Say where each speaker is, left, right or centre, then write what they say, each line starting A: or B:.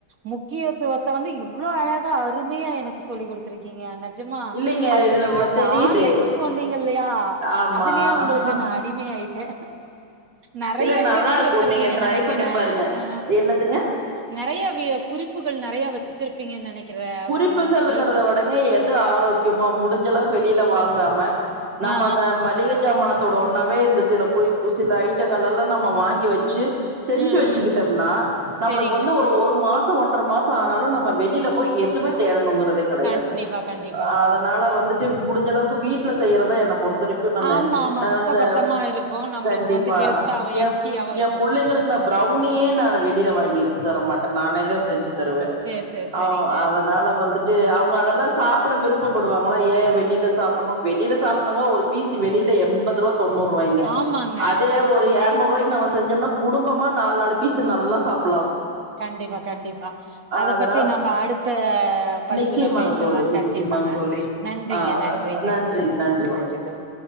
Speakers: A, on the right; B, on the right.
A: மு முக்கியத்துவத்த வந்து இவ்ளோ அழகா அருமையா எனக்கு சொல்லி கொடுத்ததுருக்கீங்க நிஜாம்மா
B: இல்லைங்க
A: அத
B: இதுல
A: நீங்க அந்த
B: தெரியுது
A: ஆர்லிக்ஸ் சொன்னீங்க இல்லையா
B: ஆமா
A: அதுலயே ஒங்களுக்கு
B: ஆ
A: நா அ அடிமையாயிட்டே நெறய்ய
B: இல்ல நல்லா
A: டிப்ஸ்ஸு
B: இருக்கும்
A: வெச்சுருக்கீங்கன்
B: நீங்க ட்ரை
A: நெனக்குறே
B: பண்ணி பாருங்க
A: ஆ
B: என்னதுங்க
A: நெறய குறிப்புகள் நெறய வச்சுருப்பீங்கன் நெனக்குற
B: குறிப்புகள்ங்கிறத
A: உடல் சம்ப
B: <unintelligible> எது ஆரோக்கியமா முடிஞ்சளவு வெளியில வாங்காம நம்ம
A: ஆ ஆ
B: அந்த மளிகை சாமானத்தோட ஒன்னாவே இந்த சில கு சில ஐட்டங்கள் எல்லா நம்ம வாங்கி வச்சு செஞ்சு
A: ஆ
B: வச்சுக்கிட்டோம்னா
A: ஆ
B: நம்மளுக்கு
A: செரிங்க
B: வந்து ஒரு ஒரு மாச சோ ஒன்ற மாசோ ஆனாலு நம்ம வெளியில போய் எதுவுமே தேடணுங்கறதே கெடயாது
A: கண்டிப்பா கண்டிப்பா
B: அதனால வந்துட்டு முடிஞ்ச அளவுக்கு வீட்ல செய்யுறதா என்ன பொறுத்து வரைக்கு நானு
A: ஆமா ஆமா
B: நா
A: சுத்த
B: அந்த
A: பத்தமா இருக்கு நம்மளுக்கு
B: கண்டிப்பா
A: வந்து ஹெல்த்தாவு ஹெல்த்தியாவு
B: எ
A: இருக்கு
B: எ புள்ளைங்களுக்கு நா பிரௌனியே நா வெளியில வாங்கி தரமாட்டே நானே தா செஞ்சு தருவே
A: சேரி சேரி சேரிங்க
B: ஔ அத அதனால வந்துட்டு அவுங்க அதெல்லா சாப்ட விருப்பப்படுவாங்ளா ஏ வெளியில சாப்டணு வெளியில சாப்டுங்க ஒரு பீஸ் வெளியில எம்பதுருவா தொண்ணூற்வாய்ங்க
A: ஆமாங்க
B: அதே ஒரு எர்நூற்வாய்க்கு நம்ம செஞ்சம்னா குடும்பமா நாலு நாலு பீஸ் நல்லா சாப்ப
A: கண்டிப்பா கண்டிப்பா அத
B: அதனால
A: பத்தி நம்ப அடுத்த பதிவுல
B: நிச்சயமாங்க
A: பேசல்லா
B: தோழி நிச்சயமாங்க
A: கட்டிப்பாங்க
B: தோழி
A: நன்றிங்க
B: ஆ
A: நன்றிங்க
B: நன்றி வணக்
A: நன்றி தோழி